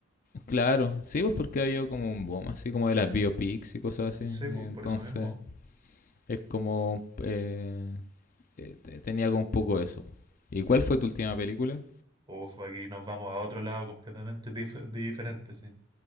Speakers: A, on the left (about 40°); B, on the right (about 20°).
A: Claro, sí, pues porque había como un boom, así como de las biopics y cosas así.
B: Sí,
A: eh,
B: pues
A: Entonces,
B: por eso mismo.
A: es como... eh, eh, te- tenía como un poco eso. ¿Y cuál fue tu última película?
B: Uf, aquí nos vamos a otro lado completamente dif- diferente, sí.